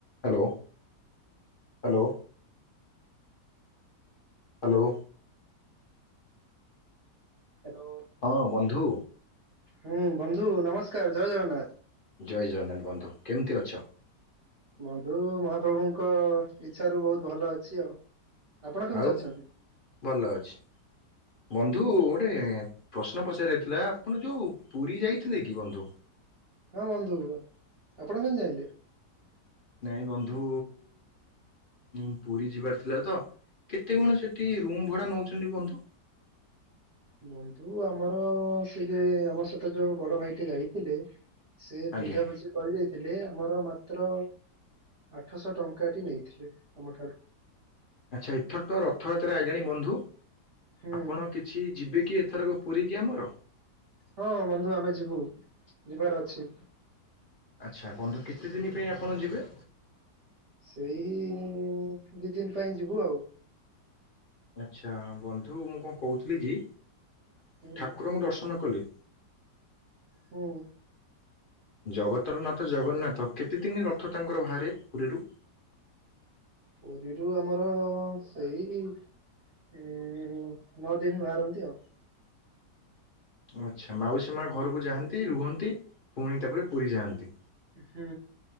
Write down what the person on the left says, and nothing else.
hello- Hello. Hello.
ହଁ ବନ୍ଧୁ।
ଜୟ ଜଗନ୍ନାଥ ବନ୍ଧୁ କେମିତି ଅଛ?
ଆଉ
ଭଲ ଅଛି ବନ୍ଧୁ
ଗୋ ଟେ ପ୍ରଶ୍ନ ପଚାରିବାଥିଲା ଆପଣ ଯଉ ପୁରୀ ଯାଇଥିଲେ କି ବନ୍ଧୁ?
ନାଇଁ ବନ୍ଧୁ ମୁଁ ପୁରୀ ଯିବାର ଥିଲା ତ କେତେ କଣ ସେଠି ରୁମ୍ ଭଡା ନଉଚନ୍ତି ବନ୍ଧୁ?
ଆଜ୍ଞା
ଆଚ୍ଛା ଏଥର ତ ରଥଯାତ୍ରା ଆଇଲାଣି ବନ୍ଧୁ?
ଆପଣ କିଛି ଯିବେ କି ଏଥରକ ପୁରୀ କି ଆମର?
ଆଚ୍ଛା ବନ୍ଧୁ କେତେ ଦିନି ପାଇଁ ଆପଣ ଯିବେ?
ଆଚ୍ଛା ବନ୍ଧୁ ମୁଁ କଣ କଉଥିଲି କି
ଠାକୁରଙ୍କୁ ଦର୍ଶନ କଲି
ଜଗତର ନାଥ ଜଗନ୍ନାଥ କେତେ ଦିନି ରଥ ତାଙ୍କର ବାହାରେ ପୁରୀରୁ?
ଆଚ୍ଛା ମାଉସୀ ମାଁ ଘରକୁ ଯାଆନ୍ତି ରୁହନ୍ତି ପୁଣି ତାପରେ ପୁରୀ ଯାଆନ୍ତି।